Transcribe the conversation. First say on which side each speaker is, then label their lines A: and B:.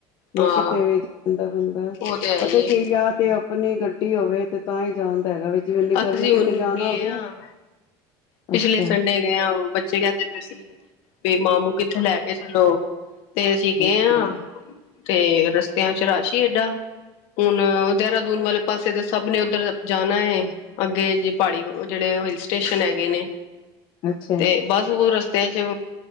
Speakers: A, on the left; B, on the left.
A: ਹਾਂ
B: ਕਿਤੇ ਵੀੇ ਜਾਂਦਾ ਬੰਦਾ
A: ਉਹ ਤੇ ਹੈ
B: ਪਤਾ
A: ਹੀ ਏ
B: ਕੀ ਯਾ ਤੇ ਆਪਣੀ ਗੱ ਹੋਵੇ ਤੇ ਤਾਂ ਹੀ ਜਾਣ ਦਾ ਹੈਗਾ ਵੀ ਜਿਵੇਂ ਇੰਨੀ
A: ਅਸੀਂ
B: ਗਰਮੀ ਕਿਤੇ
A: ਹੁਨ
B: ਜਾਣਾ
A: ਗਏ
B: ਹੋਵੇ
A: ਆਂ ਪਿਛਲੇ
B: ਅੱਛਾ
A: ਸੰਡੇ ਗਏ ਆਂ, ਬੱਚੇ ਕਹਿੰਦੇ ਪਏ ਸੀ ਬਈ ਮਾਮੂ ਕਿੱਥੇ ਲੈ ਕੇ ਚਲੋ। ਤੇ ਅਸੀਂ ਗਏ
B: ਅੱਛਾ
A: ਆਂ ਤੇ ਰਸਤਿਆਂ ਚ ਰਸ਼ ਹੀ ਏਡਾ, ਹੁਨ ਦੇਹਰਾਦੂਨ ਵਾਲੇ ਪਾਸੇ ਤੇ ਸਭ ਨੇ। <unintelligible> ਜਾਨਾ ਏ, ਅੱਗੇ ਜੇ ਪਹਾੜੀ ਜਿਹੜੇ ਹਿਲ ਸਟੇਸ਼ਨ ਹੈਗੇ ਨੇ
B: ਅੱਛਾ ਅੱਛਾ
A: ਤੇ ਬਸ ਉਹ ਰਸ ਰਸਤਿਆਂ ਚ